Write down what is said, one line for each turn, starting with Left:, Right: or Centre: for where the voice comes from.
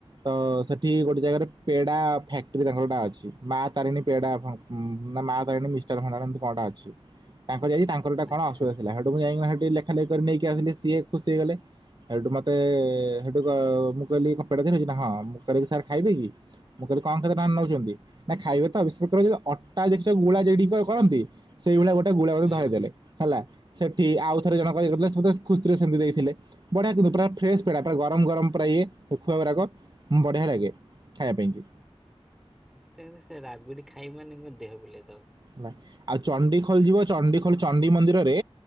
Right: ତ ସେଠି ଗୋଟେ ଜାଗାରେ ପେଡା ଫ୍ୟାକ୍ଟ୍ରି ତାଙ୍କର ଗୋଟା ଅଛି ମା ତାରିଣୀ ପେଡା ଫା ଉଁ ନା ମା ତାରିଣୀ ମିଷ୍ଟାନ ଭଣ୍ଡାର ଏମିତି କଁ ଗୋଟା ଅଛି ତାଙ୍କ ଯାଇକି ତାଙ୍କର ଗୋଟା
Centre: ଆଚ୍ଛା
Right: କଣ ଅସୁବିଧା ଥିଲା ହେଠୁ ମୁଁ ଯାଇଁକିନା ହେଠି ଲେଖାଲେଖି କରି ନେଇକି ଆସିଲି ସିଏ ଖୁସି ହେଇଗଲେ। ହେଇଠୁ ମତେ ହେଠୁ କଁ ମୁଁ କହିଲି କଁ ପେଡା ଖାଇବେ କି ନା ହଁ ମୁଁ କଇଲି ସାର୍ ଖାଇବେ କି? ମୁଁ କହିଲି କଁ କେତେ ଟଙ୍କାର ନଉଚନ୍ତି? ନା ଖାଇବେ ତ ବିଶେଷ କରି ଅଟା ଦେଖିଚ ଗୁଳା ଯେଡିକ କରନ୍ତି। ସେଇ ଭଳିଆ ଗୋଟେ ଗୁଳା ମତେ
Centre: ହୁଁ
Right: ଧଏଇଦେଲେ ହେଲା ସେଠି ଆଉ ଥରେ ଜଣଙ୍କର ଇଏ
Centre: ହୁଁ
Right: କରୁଥିଲା ସିଏ ମତେ ଖୁସ୍। ତିରେ ସେମତି ଦେଇଥିଲେ ବଢିଆ କିନ୍ତୁ ପୁରା ଫ୍ରେସ୍ ପେଡା ତାକୁ ଗରମ ଗରମ ପୁରା ଇଏ ଖୁଆ ଗୁରାକ। ଉଁ ବଢିଆ ଲାଗେ ଖାଇବା ପାଇଁକି।
Centre: ମତେ କିନ୍ତୁ ସେ ରାବିଡି ଖାଇବି ମାନେ ମୋ ଦେହ ବୁଲେଇ ଦବ।
Right: ହେଲା ଆଉ ଚଣ୍ଡିଖୋଲ ଯିବ ଚଣ୍ଡିଖୋଲ ଚଣ୍ଡୀ ମନ୍ଦିରରେ